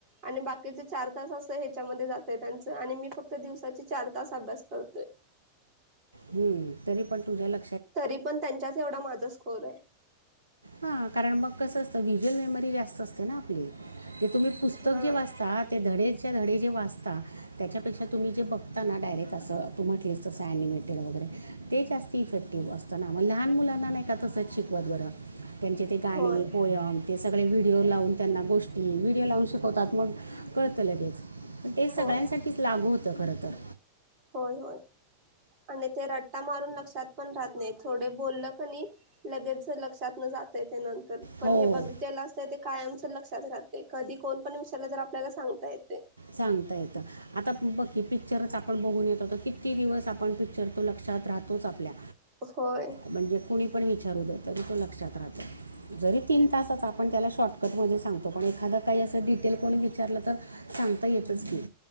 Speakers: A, on the right (about 40°); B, on the right (about 80°).
A: आणि बाकीचे चार तास अस ह्याच्यामध्ये जातोय त्यांच आणि मी फक्त दिवसाचे चार तास अभ्यास करतोय.
B: हम्म. तरी पण तुझ्याला
A: तरी पण त्यांच्याच एवढा माझा स्कोर आहे.
B: हा. कारण मग कसं असत व्हिज्युअल मेमरी जास्त असते ना आपली ते तुम्ही पुस्तक
A: हा
B: जे वाचता ते धडे धडे जे वाचता त्यापेक्षा तुम्ही जे बघता ना डायरेक्ट असं तू म्हटलीस तसं ॲनिमेटेड वगैरे ते जास्ती इफेक्टिव्ह असत ना म लहान मुलांना नाही का तसंच शिकवत बरं? त्यांचे ते गाणे,
A: होय
B: पोयम ते सगळे व्हिडिओ लावून त्यांना गोष्टी व्हिडिओ लावून शिकवतात. मग कळत लगेच पण ते
A: होय
B: सगळ्यांसाठीच लागू होतं खर तर.
A: होय, होय. आणि ते रट्टा मारून लक्षात पण राहत नाही थोडे बोललं कनी लगेच लक्षात न जाताय ते नंतर पण
B: हो
A: हे बघिलेल असतय ते कायमच लक्षात राहतय कधी कोण पण विचारल तर आपल्याला सांगता येतय.
B: सांगता येत. आता बघ की पिक्चरच आपण बघून येतो तर किती दिवस आपण पिक तो लक्षात राहतोच आपल्या
A: होय
B: म्हणजे कोणी पण विचारू दे तरी तो लक्षात रहातो. जरी तीन तासाच आपण त्याला शॉर्टकटमध्ये सांगतो पण एखादं काही असं डिटेल कोणी विचारलं तर सांगता येतच की.